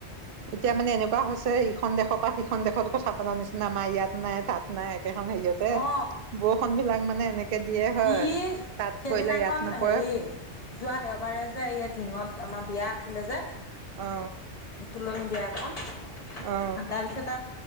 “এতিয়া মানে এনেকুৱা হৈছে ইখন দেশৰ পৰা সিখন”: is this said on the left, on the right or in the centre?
Right